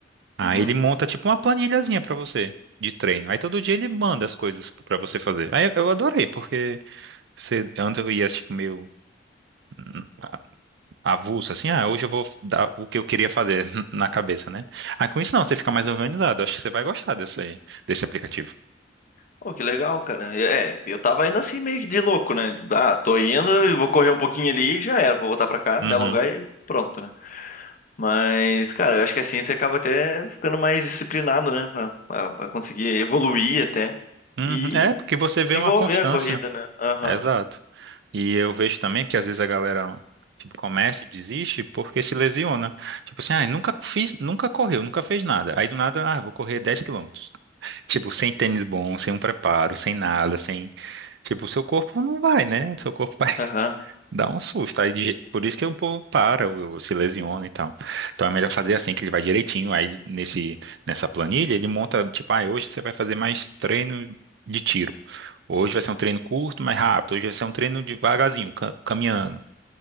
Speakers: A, on the right; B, on the left.
A: Aí
B: Uhum.
A: ele monta tipo uma planilhazinha pra você de treino. Aí todo dia ele manda as coisas pra você fazer. Aí eu adorei, porque você, antes eu ia tipo meio hum, avulso assim, ah, hoje eu vou dar o que eu queria fazer <laughs> na cabeça, né? Aí com isso não, você fica mais organizado. Acho que você vai gostar desse desse aplicativo.
B: Pô, que legal, cara. É, eu tava indo assim meio que de louco, né? Tipo, Ah, tô indo, eu vou correr um pouquinho ali e já era, vou voltar pra casa,
A: Uhum.
B: me alongar e pronto, né? Mas, cara, eu acho que assim você acaba até ficando mais disciplinado, né? Pra, pra- pra conseguir evoluir até
A: Uhum.
B: e
A: É, porque você vê
B: desenvolver
A: uma constância.
B: a corrida, né? Aham,
A: É, Exato. E eu vejo também que às vezes a galera, tipo, começa e desiste porque se lesiona. Tipo assim, ah, nunca fiz, nunca correu, nunca fez nada. Aí do nada, ah, vou correr 10 quilômetros. Tipo, sem tênis bom, sem um preparo, sem nada, sem... Tipo, o seu corpo não vai, né? Seu corpo <laughs> vai
B: aham.
A: Dá um susto. Aí, de- por isso que o povo para, o- o- se lesiona e tal. Então é melhor fazer assim, que ele vai direitinho. Aí ele- nesse, nessa planilha, ele monta, tipo, ah, hoje você vai fazer mais treino de tiro. Hoje vai ser um treino curto, mais rápido. Hoje vai ser um treino devagarzinho, ca- caminhando.